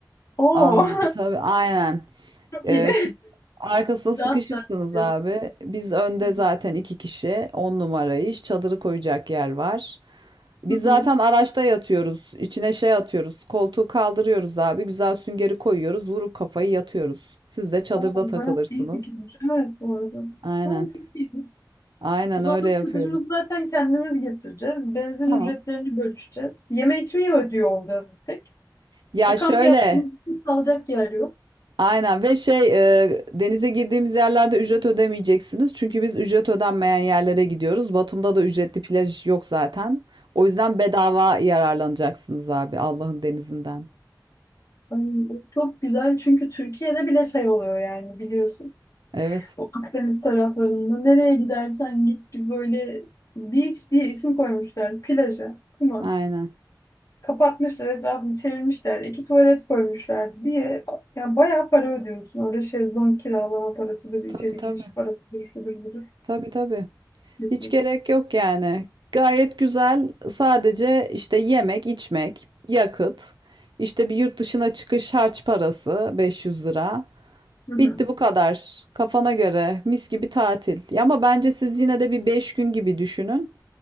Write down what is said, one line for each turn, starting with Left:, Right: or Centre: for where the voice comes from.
Left: Oo.
Right: Anla tabii aynen.
Left: <laughs> Çok
Right: Ee,
Left: iyi.
Right: fi- arkasına sıkışırsınız
Left: Rahat rahat ederiz.
Right: abi. Biz önde
Left: Hı hı.
Right: zaten iki kişi. On numara iş, Çadırı koyacak yer var. Biz
Left: Hı
Right: zaten
Left: hı.
Right: araçta yatıyoruz. İçine şey atıyoruz. Koltuğu kaldırıyoruz abi. Güzel süngeri koyuyoruz. Vurup kafayı yatıyoruz. Siz de çadırda
Left: Oo,
Right: takılırsınız.
Left: bayağı iyi fikirmiş. Evet bu arada.
Right: Aynen.
Left: Tamam çok iyi.
Right: Aynen
Left: O zaman
Right: öyle yapıyoruz.
Left: çadırımızı zaten kendimiz getireceğiz. Benzin
Right: Tamam.
Left: ücretlerini bölüşeceğiz. Yeme içmeyi ödüyor olacağız tek.
Right: Ya
Left: E, kamp
Right: şöyle.
Left: yaptığımız için kalacak yer yok.
Right: Aynen ve şey e, denize girdiğimiz yerlerde ücret ödemeyeceksiniz. Çünkü biz ücret ödenmeyen yerlere gidiyoruz. Batum'da da ücretli plaj yok zaten. O yüzden bedava yararlanacaksınız abi Allah'ın denizinden.
Left: Ay, bu çok güzel çünkü Türkiye'de bile şey oluyor yani biliyorsun.
Right: Evet.
Left: O Akdeniz taraflarında nereye gidersen git bir böyle beach diye isim koymuşlar plaja, kuma.
Right: Aynen.
Left: Kapatmışlar etrafını çevirmişler. iki tuvalet koymuşlar diye. Yani bayağı para ödüyorsun. Orada şezlong kiralama parasıdır, içeri
Right: Tabii tabii.
Left: giriş parasıdır, şudur budur
Right: Tabii tabii.
Left: gibi.
Right: Hiç gerek yok yani. Gayet güzel. Sadece işte yemek, içmek, yakıt, işte bir yurt dışına çıkış harç parası 500 lira.
Left: Hı hı.
Right: Bitti bu kadar. Kafana göre mis gibi tatil. Ya ama bence siz yine de bir 5 gün gibi düşünün.